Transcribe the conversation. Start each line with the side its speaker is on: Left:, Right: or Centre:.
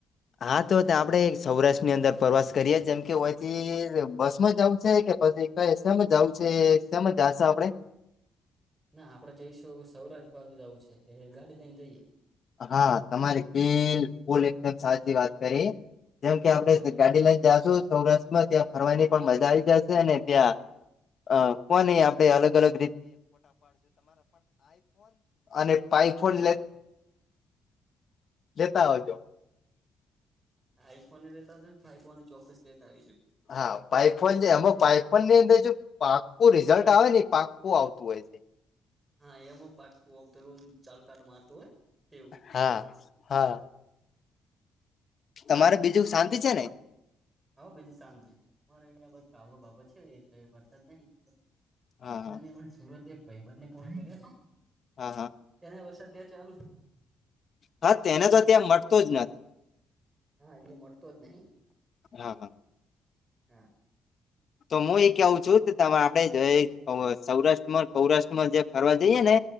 Left: હા તો આપડે સૌરાષ્ટ્ર ની અંદર પ્રવાસ કરીએ જેમ કે હોથી બસ માં જ આવ છે કે પછી <unintelligible> એમ જું છે એમ જ જાશ આપડે <inaudible>
Right: ના આપડે જઈશું સૌરાષ્ટ્ર પાસેુ જવું છે એટલે ગાડી લઈને જઈએ <unintelligible>
Left: હા તમારી બિલ ફૂલ એકદમ સાચી વાત કરી જેમ કે આપડણે
Right: હા હા
Left: ગાડી લઈને જશું સૌરાષ્ટ્રમાં ત્યાં ફરવાની પણ મજા આવી જશે અને ત્યાં <unintelligible> અ ફોન એ આપણે અલગ અલગ અને પાઇફોન
Right: હા
Left: લે લેતા હોજો <unintelligible>
Right: હ આઈ ફોનને લેતા આવશે ને આઈ ફો ને ચોક્કસ લેતા આવી છે.
Left: હા પઇફોન જે એમ પઇફોન ની અંદરજું પાકકો રિઝલ્ટ આવે ને પાકકો આવતું હોય છે.
Right: હા એમ પાક્ક પેલું ચાલ કાટ મારતું હોય તેવું
Left: હા હા તમારે બીજું શાંતિ છે ને
Right: હા બીજું શાંત થઈ મારે અયા બધ કાબો બાાબો છે એટલે વરસાદ નહી
Left: હા
Right: પણ
Left: હા
Right: મેં એમ સુરત એક ભાઈ બંને ફોન કર્યો હતો
Left: હા હા
Right: એને વરસાદ ત્યાં ચાલુ જ
Left: હા તેને તો ત્યાં મળટતો
Right: એ
Left: જ નથી
Right: હા એ મટતો જ નહીં
Left: હા હા
Right: હા
Left: તો હું એ કું છું કે તમારે આપડે સૌરાષ્ટ્રમાં સૌરાષ્ટ્રમાં જે ફરવા જઈએ ને